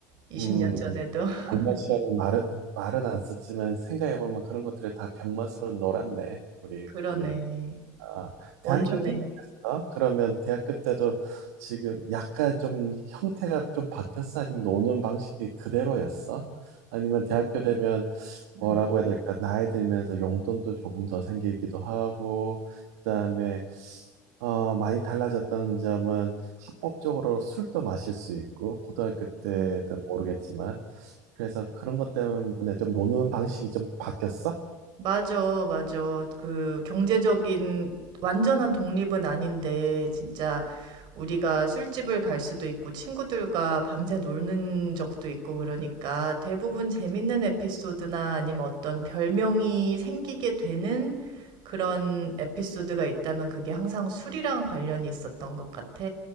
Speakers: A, on the right (about 60°); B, on the right (about 75°).
A: 20년
B: 음.
A: 전에도. <laughs>
B: 병맛이라는 말은 말은 안 썼지만 생각해 보면 그런 것들이 다 병맛으로 놀았네. 우리들이.
A: 그러네.
B: 아,
A: 원조네.
B: 대학교 때는 어땠어? 그러면 대학교 때도 지금 약간 좀 형태가 좀 바뀌었어? 아니면 노는 방식이 그대로였어? 아니면 대학교 되면 뭐라고
A: 음,
B: 해야 될까? 나이 들면서 용돈도 조금 더 생기기도 하고, 그다음에 어, 많이 달라졌다는 점은 합법적으로 술도 마실 수 있고, 고등학교 때든
A: 음.
B: 모르겠지만, 그래서 그런 것 때문에 좀 노는 방식이 좀 바뀌었어?
A: 맞아, 맞아. 그 경제적인 완전한 독립은 아닌데, 진짜 우리가 술집을 갈 수도 있고, 친구들과 밤새 노는 적도 있고, 그러니까 대부분 재밌는 에피소드나 아니면 어떤 별명이 생기게 되는 그런 에피소드가 있다면 그게 항상 술이랑 관련이 있었던 것 같아.